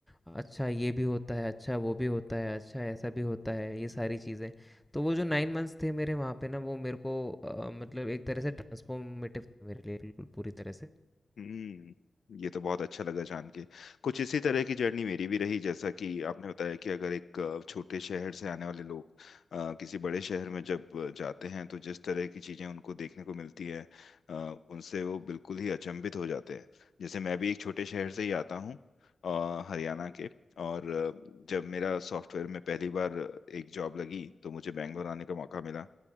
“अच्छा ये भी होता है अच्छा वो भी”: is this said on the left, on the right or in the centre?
Centre